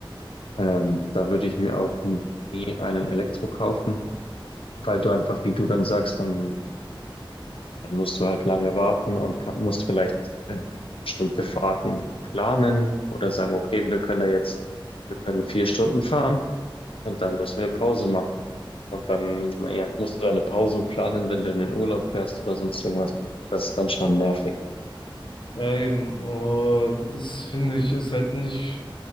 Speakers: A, on the left; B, on the left.
A: ähm, da würde ich mir auch n- nie einen Elektro kaufen, weil du einfach, wie du dann sagst, dann, dann musst du halt lange warten und ka- musst vielleicht äh, bestimmte Fahrten planen oder sagen, okay, wir können da jetzt, wir können vier Stunden fahren und dann müssen wir Pause machen. Und dann, naja, musst du deine Pausen planen, wenn du in den Urlaub fährst oder sonst irgendwas. Das ist dann schon nervig.
B: Ja, eben. Äh, das finde ich ist halt nicht